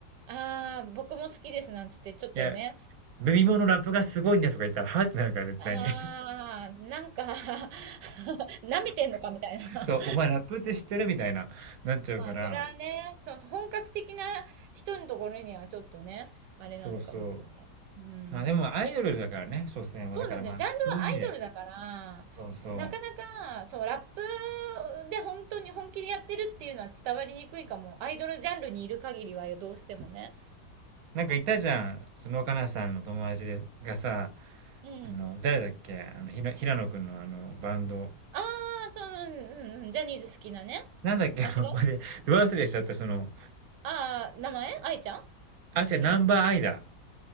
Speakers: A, on the right; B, on the right.
A: ああ、僕も好きですなんつって、ちょっとね、
B: いや、ベビモのラップがすごいんですとか言ったら、は？ってなるから絶対に。
A: ああ、なんか <laughs> 舐めてんのかみたいな。
B: <laughs>
A: <laughs>
B: そう、お前ラップって知ってる？みたいな、なっちゃうから、
A: まあ、それはね、そうそう、本格的な人のところにはちょっとね、あれなのかもしれない。
B: そうそう。
A: うん。
B: まあでもアイドルだからね、所詮は。
A: そうなんだよ。
B: だからまあ、
A: ジャンルはアイドルだから、
B: そういう意味で、そうそう。
A: なかなか、そう、ラップで本当に本気でやってるっていうのは伝わりにくいかも。アイドルジャンルにいる限りはよ、どうしてもね。
B: なんかいたじゃん、その、かなさんの友達でがさ、
A: うん。
B: あの、誰だっけ、あの、ひら平野くんのあの、バンド。
A: ああ、そう、うん、うん、うんジャニーズ好きなね。
B: なんだっけ、
A: あ、
B: あの、
A: 違う
B: まで、ど忘れしちゃった、その、
A: ああ、名前愛ちゃん
B: あ、違う、
A: じゃなくて。
B: ナンバーアイだ。